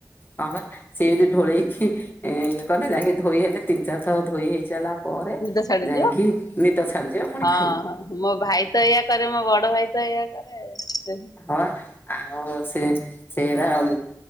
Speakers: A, on the left; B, on the left.
A: ହଁ ବା ସିଏ
B: ହୁଁ
A: ବି ଢୋଳେଇକି ଇଏ କାଲେ ଯାଇଁକି ଧୋଇ ହେବେ ତିନି ଚାରି ଥର ଧୋଇ ହେଇସାରିଲା ପରେ
B: ନିଦ ଛାଡୁଯିବ
A: ଯାଇଁକି ନିଦ ଛାଡିଯିବ ପୁଣି
B: ହଁ
A: ଖାଇବୁ।
B: ହଁ ମୋ ଭାଇ ତ ଏଇଆ କରେ ମୋ ବଡ ଭାଇ ତ ଏଇଆ କରେ ଆଉ।
A: ହଁ ବା ଆଉ ସେ ସେରା ଆଉ